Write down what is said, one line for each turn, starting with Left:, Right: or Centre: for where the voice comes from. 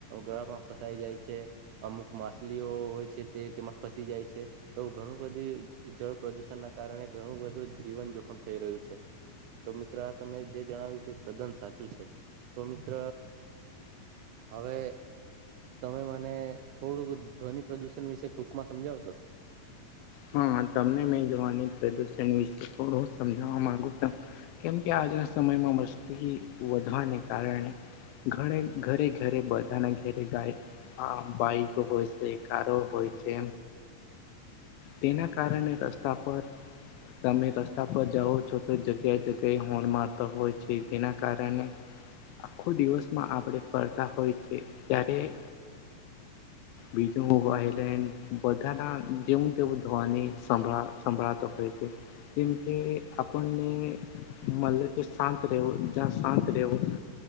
Right: ગળામાં ફસાઈ જાય છે. અમુક માછલીઓ હોય છે તે તેમાં ફસી જાય છે. એવું ઘણું બધી જળ પ્રદુષણ ના કારણે ઘણું બધું જીવન જોખમ થઈ રહ્યું છે. તો મિત્ર આ તમે જે જણાવ્યું તે તદ્દન સાચું છે, તો મિત્ર હવે તમે મને થોડુંક ધ્વનિ પ્રદુષણ વિશે ટૂંકમાં સમજાવશો?
Left: હા તમને મેં જવાની પ્રદુષણ વિશે થોડું સમજાવવા મામાંગુ છ. કેમ કે આજના સમયમાં મસ્તી વધવાને કારણે. ઘણે ઘરે ઘરે બધાના ઘેરે ગાય હા ભઈ તો હોશે કારો હોય છે. તેના કારણે રસ્તા પર. તમે રસ્તા પર જાઓ છો તો જગ્યાએ જગ્યાએ હોર્ન મારતા હોય છે જેના કારણે આખો દિવસમાં આપણે ફરતા હોય છે ત્યારેન. બીજું વાયલેડ બધા ના જે તેઓ ધોવાને સંભળા સંભળાતો હોય છે, કેમકે આપણને મન કે શાંત રહેવો જ શાંત રહેવો,